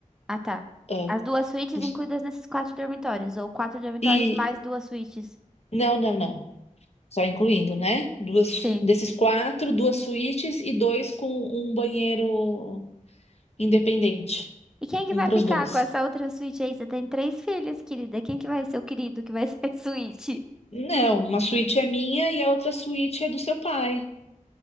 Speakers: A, in the centre; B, on the left.
A: Ah, tá.
B: ah,
A: As duas suítes
B: dos-
A: incluídas nesses quatro dormitórios, ou quatro dormitórios
B: e.
A: mais duas suítes.
B: Não, não, não. Só incluindo, né? Duas,
A: Sim.
B: desses quatro, duas suítes e dois com um banheiro independente.
A: E quem que
B: Um
A: vai
B: para
A: ficar
B: os dois.
A: com essa outra suíte aí? Você tem três filhos, querida. Quem que vai ser o querido que vai <laughs> ser a suíte?
B: Não, uma suíte é minha e a outra suíte é do seu pai.